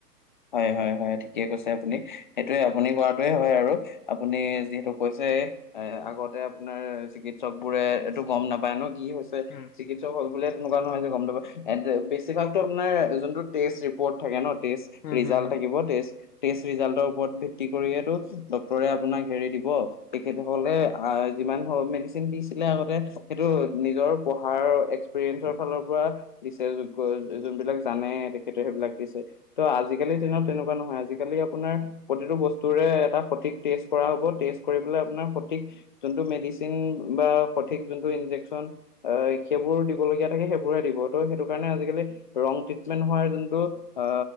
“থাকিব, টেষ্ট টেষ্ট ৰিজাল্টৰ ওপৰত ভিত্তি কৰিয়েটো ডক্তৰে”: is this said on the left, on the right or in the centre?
Left